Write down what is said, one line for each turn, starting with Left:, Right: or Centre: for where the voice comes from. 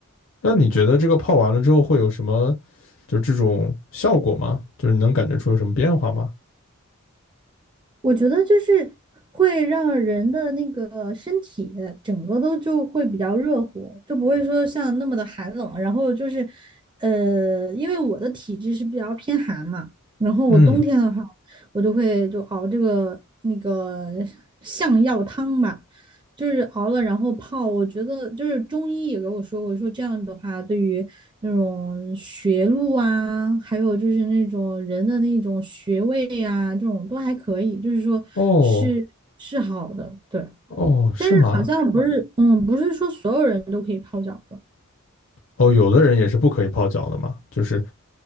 Left: 那你觉得这个泡完了之后会有什么就这种效果吗？就是你能感觉出有什么变化吗？
Right: 我觉得就是会让人的那个身体整个都就会比较热乎，就不会说像那么的寒冷。然后就是，呃，因为我的体质是比较偏寒嘛，然后我冬天的话，
Left: 嗯，
Right: 我就会就熬这个那个象药汤吧。就是熬了然后泡，我觉得就是中医也给我说过，说这样的话对于那种学路啊，还有就是那种人的那种穴位啊，这种都还可以，就是说是是好的，
Left: 哦。
Right: 对。
Left: 哦，是吗？
Right: 但是好像不是，嗯，不是说所有人都可以泡脚的，
Left: 哦，有的人也是不可以泡脚的嘛，就是